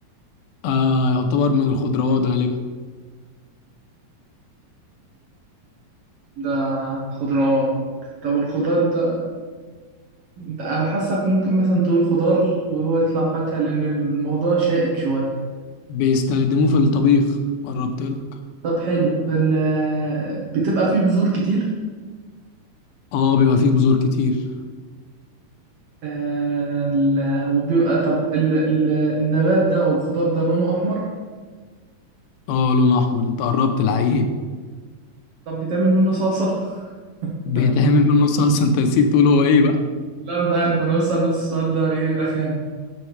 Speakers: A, on the left; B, on the right.
A: آه يعتبر من الخضروات غالبا
B: ده خضروات طب الخضار ده, ده انا حاسك ممكن مثلا تقول خضار وهو يطلع فاكهة لان الموضوع شائك شوية
A: بيستخدموه في الطبيخ قربت لك
B: طب حلو ال... بتبقى فيه بذور كتير
A: اه بيبقى فيه بذور كتير
B: آه، ال... وبيبقى طب ال... ال... النبات ده او الخضار ده لونه احمر
A: اه لون احمر انت قربت العيب
B: طب بتعمل منه صلصة
A: بيتعمل
B: <laughs>
A: منه صلصه انت نسيت تقول هو ايه بقى
B: لا انا عارف انا بسأل السؤال ده ايه رخام